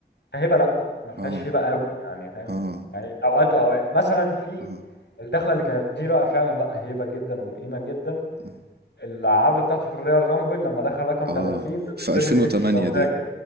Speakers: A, on the left; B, on the right.
A: هبه لا ما فيهاش
B: اه
A: هبه قوي يعني فاهم
B: اه
A: يعني اوقات واوقات مثلا في
B: اه
A: الدخله اللي كانت دي بقى فعلا لا هبه جدا وقيمه جدا
B: آه
A: العوده بتاعته في الريال رامبل لما دخل رقم
B: آه.
A: 30 ضد
B: في
A: تريبل
B: 2008
A: اتش لو فاكر
B: دي